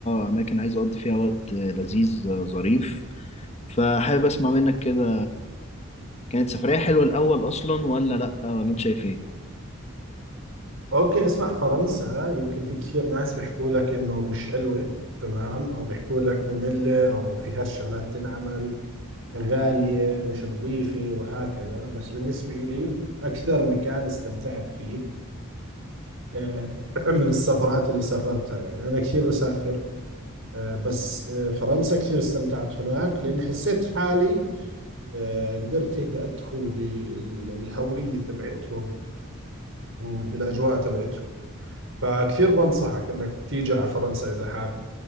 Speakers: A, on the left; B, on the right.
A: اماكن عايز اقضي فيها وقت لذيذ ظريف فحابب اسمع منك كده كانت سفرية حلوة الاول اصلا ولا لا ولا انت شايف ايه
B: اوكي اسمع فرنسا يمكن في كثير ناس بيحكوا لك انه مش حلوة تمام او بيحكوا لك مملة او فيهاش شغلات تنعمل غالية مش نظيفة وهكذا بس بالنسبة لي اكثر مكان استمتعت فيه آه، <clears throat> من السفرات اللي سافرتها يعني انا كثير بسافر آه، بس آه، فرنسا كثير استمتعت هناك لاني حسيت حالي آه، قدرت هيك ادخل بالهوية تبعتهم وبالاجواء تبعتهم فكثير بنصحك انك تيجي على فرنسا اذا حاب